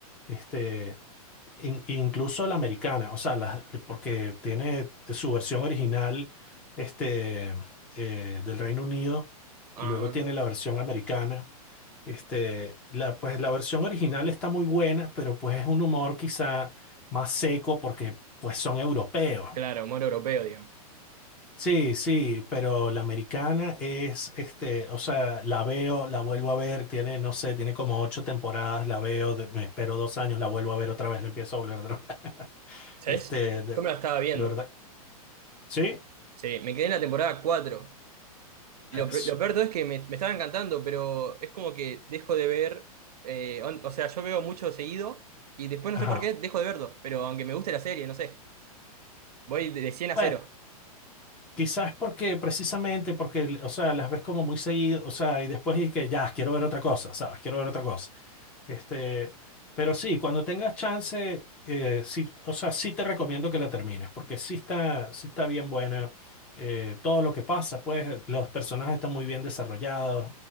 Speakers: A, in the centre; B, on the right.
A: Este, in- incluso la americana, o sea, las- porque tiene su versión original, este, eh, del Reino Unido
B: Ah,
A: y luego tiene la versión americana. Este, la, pues la versión original está muy buena, pero pues es un humor quizá más seco porque pues son europeos.
B: claro, humor europeo, digamos.
A: Sí, sí, pero la americana es, este, o sea, la veo, la vuelvo a ver, tiene, no sé, tiene como ocho temporadas, la veo, de- me espero dos años, la vuelvo a ver otra vez, la empiezo a volver a ver. <laughs>
B: ¿Sabes?
A: Este, de,
B: Yo me la estaba viendo.
A: de verdad. Sí,
B: Sí, me quedé en la temporada cuatro Lo,
A: eso.
B: pe- lo peor de todo es que me, me estaba encantando, pero es como que dejo de ver, eh, on- o sea, yo veo mucho seguido y después no
A: Ajá.
B: sé por qué dejo de verlo, pero aunque me guste la serie, no sé, voy de de 100 a
A: Bueno,
B: cero
A: Quizás porque, precisamente porque, o sea, las ves como muy seguido, o sea, y después es que ya, quiero ver otra cosa, ¿sabes? Quiero ver otra cosa. Este, pero sí, cuando tengas chance, eh, sí, o sea, sí te recomiendo que la termines, porque sí está, sí está bien buena. eh, todo lo que pasa, pues los personajes están muy bien desarrollados,